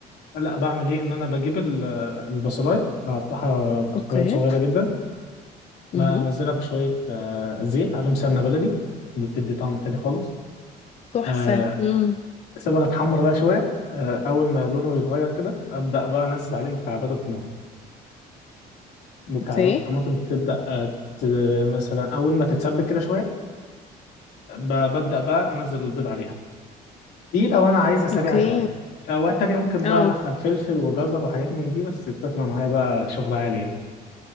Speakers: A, on the left; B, on the left.
A: لا بعمل ايه ان انا بجيب ال- آه، البصلايه بقطعها
B: اوكي
A: قطعات صغيره جدا بنزلها
B: امم
A: في شويه آه، زيت عليهم سمنه بلدي بتدي طعم تاني خالص
B: تحفه
A: آه،
B: امم
A: سيبها تتحمر بقى شويه آه، اول ما لونه يتغير كده ابدا بقى انزل عليه مكعبات الطماطم مكعبات
B: اوكي
A: الطماطم تبدأ آه، ت- مثلا أول ما تتسبك كده شوية ب- ببدأ بقى أنزل البيض عليها دي لو أنا عايزها سريعة
B: اوكي
A: شوية في أوقات تانية ممكن
B: اه
A: بقى أدخل فلفل وجزر وحاجات من دي بس بتطلع معايا بقى شغل عالي يعني